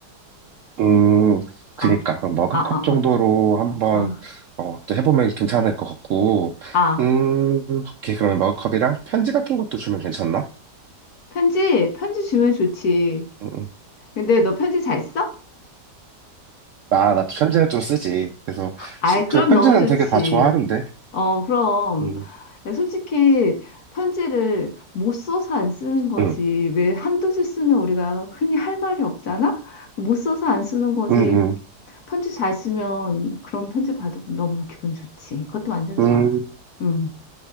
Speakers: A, on the right; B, on the left.
A: 음, 그니까,
B: 아,
A: 그럼 머그컵
B: 아, 아,
A: 정도로
B: 아,
A: 한번,
B: 아.
A: 어, 해보면 괜찮을 것 같고,
B: 아.
A: 음, 오케이. 그러면 머그컵이랑 편지 같은 것도 주면 괜찮나?
B: 편지, 편지 주면 좋지.
A: 음, 음.
B: 근데 너 편지 잘 써?
A: 아, 나, 나도 편지는 좀 쓰지. 그래서,
B: 아이, 그럼
A: 근 편지는
B: 너무 좋지.
A: 되게 다 좋아하는데,
B: 어, 그럼.
A: 음,
B: 솔직히 편지를 못 써서 안 쓰는 거지.
A: 음,
B: 왜 한두 줄 쓰면 우리가 흔히 할 말이 없잖아? 못 써서 안 쓰는 거지.
A: 음,
B: 편지 잘 쓰면 그런 편지 받으면 너무 기분 좋지. 그것도 완전
A: 음,
B: 좋아.
A: 음.
B: 응.